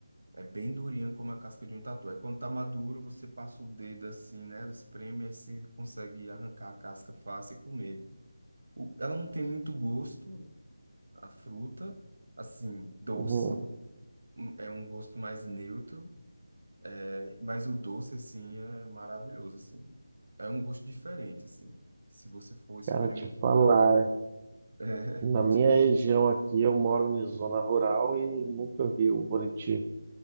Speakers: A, on the right; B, on the right.
A: É bem durinha como a casca de um tatu. Aí quando tá maduro, você passa o dedo assim né? espreme, aí você consegue arrancar a casca fácil e comer. O- Ela não tem muito gosto, a fruta, assim, doce.
B: Uhum.
A: Hum, É um gosto mais neutro, é, mas o doce, assim, é maravilhoso, assim. É um gosto diferente, assim. Se você for experimentar,
B: Cara, te falar.
A: <laughs> é,
B: Na minha região aqui, eu moro em zona rural e nunca vi o Buriti.